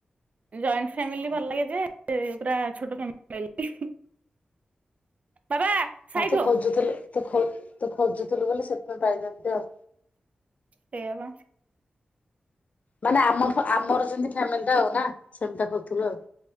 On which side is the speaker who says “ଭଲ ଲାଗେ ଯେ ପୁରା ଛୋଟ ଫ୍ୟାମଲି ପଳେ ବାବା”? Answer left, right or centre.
Right